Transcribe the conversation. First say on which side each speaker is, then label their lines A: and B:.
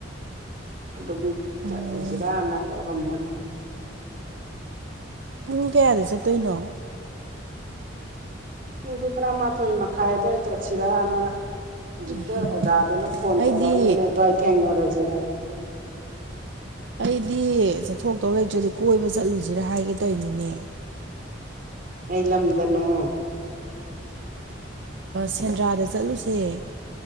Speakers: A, on the right; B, on the right.
A: ꯑꯗꯨꯒꯤ
B: ꯑꯣ
A: ꯆꯠꯂꯨꯁꯤꯔꯅ ꯇꯧꯔꯝꯕꯅꯤ꯫
B: ꯄꯨꯡ ꯀꯌꯥꯗ ꯆꯠꯇꯣꯏꯅꯣ
A: ꯄꯨꯡꯁ ꯇꯔꯥꯃꯥꯊꯣꯏ ꯃꯈꯥꯏ ꯑꯗꯨꯗ꯭ꯋꯥꯏ ꯆꯠꯁꯤꯔꯅ ꯍꯧꯖꯤꯛꯇ
B: ꯑꯦꯍꯦ
A: ꯑꯣꯖꯥꯗꯨꯅ ꯐꯣꯟ
B: ꯑꯩꯗꯤ
A: ꯇꯧꯔꯛꯑꯝꯕꯅꯦ ꯑꯗꯨꯋꯥꯏ ꯊꯦꯡꯅꯔꯁꯤꯔ
B: ꯑꯩꯗꯤ ꯆꯠꯊꯣꯛꯇꯧ ꯂꯩꯇ꯭ꯔꯗꯤ ꯀꯣꯏꯕ ꯆꯠꯂꯨꯁꯤꯔꯥ ꯍꯥꯏꯒꯦꯗꯣꯏꯅꯤꯅꯦ꯫
A: ꯑꯩ ꯂꯝꯗꯅꯣ
B: ꯁꯦꯟꯗ꯭ꯔꯥꯗ ꯆꯠꯂꯨꯁꯦ꯫